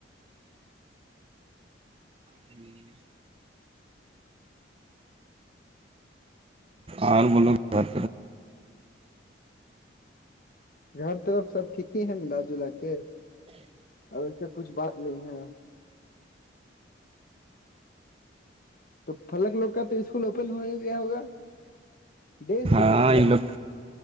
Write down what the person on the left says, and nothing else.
گھر طرف سب ٹھیک ہی ہیں ملا جلا کے اور ایسے کچھ بات نہیں ہے تو پلک لوگ کا تو اسکول اوپن ہونے کیا ہوگا ڈے اسکول
نہ ہوگا